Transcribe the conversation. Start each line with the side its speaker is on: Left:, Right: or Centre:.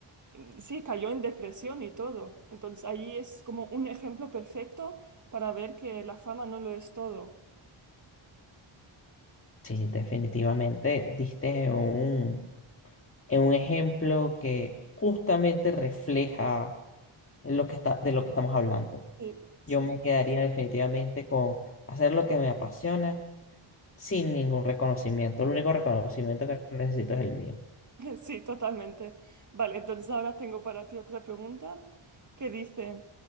Right: mm, sí, cayó en depresión y todo. Entonces ahí es como un ejemplo perfecto para ver que la fama no lo es todo.
Left: Sí, definitivamente diste un, en un ejemplo que justamente refleja lo que está, de lo que estamos hablando.
Right: Sí,
Left: Yo
Right: sí,
Left: me quedaría definitivamente con hacer lo que me apasiona sin ningún reconocimiento. El único reconocimiento que necesito es el mío.
Right: <laughs> Sí, totalmente. Vale, entonces ahora tengo para ti otra pregunta que dice,